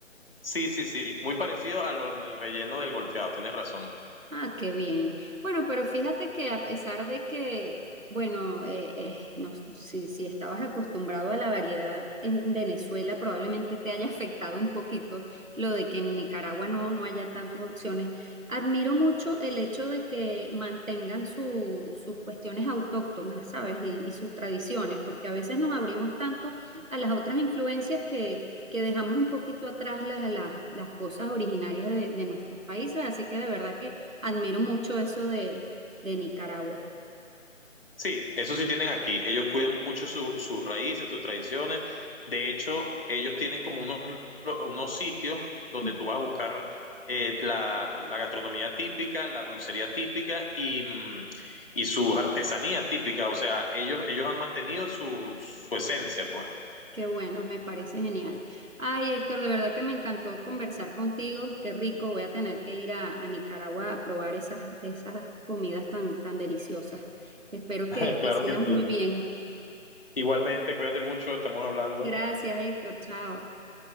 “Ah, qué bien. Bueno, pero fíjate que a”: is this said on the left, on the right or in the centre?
Right